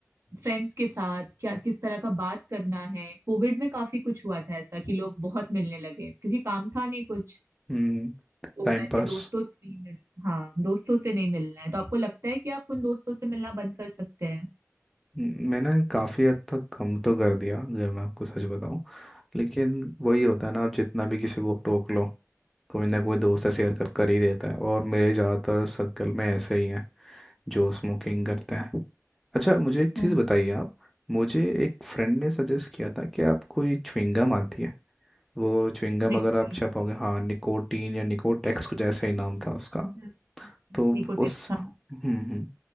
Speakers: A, on the right; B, in the centre.
A: फ्रेंड्स के साथ क्या किस तरह का बात करना है कोविड में काफी कुछ हुआ था ऐसा कि लोग बहुत मिलने लगे क्योंकि काम था नहीं कुछ
B: हम्म
A: तो
B: Time
A: वैसे
B: pass
A: दोस्तों से नहीं मिल हाँ दोस्तों से नहीं मिलना है तो आपको लगता है कि आप उन दोस्तों से मिलना बंद कर सकते हैं
B: मैंने काफ़ी हद तक कम तो कर दिया अगर मैं आपको सच बताऊं लेकिन वही होता है ना आप जितना भी किसी को टोक लो कोई ना कोई दोस्त ऐसे शेयर कर कर ही देता है और मेरे ज़्यादातर सर्कल में ऐसे ही हैं जो स्मोकिंग करते हैं अच्छा मुझे एक
A: हम्म
B: चीज़ बताइए आप मुझे एक फ्रेंड ने सजेस्ट किया था कि आप कोई च्युइंगम आती है वो च्युइंगम
A: निकोटीन
B: अगर आप चबाओगे हाँ निकोटीन या निकोटेक्स कुछ ऐसा ही नाम था उसका
A: हम्म, हम्म,
B: तो
A: निकोटेक्स
B: उस
A: हाँ
B: हम्म हम्म